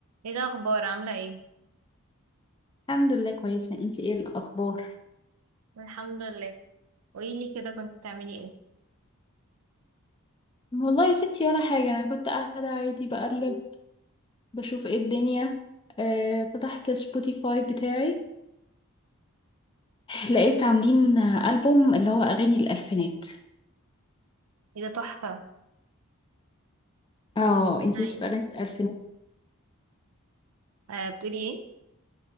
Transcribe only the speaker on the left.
الحمد لله كويسة انتي ايه الأخبار؟
والله يا ستي ولا حاجة أنا كنت قاعدة عادي بقلب بشوف ايه الدنيا آه فتحت سبوتيفاي بتاعي لقيت عاملين ألبوم اللي هو أغاني الألفينات
اه
انتي
ليكي في أغاني الألفينات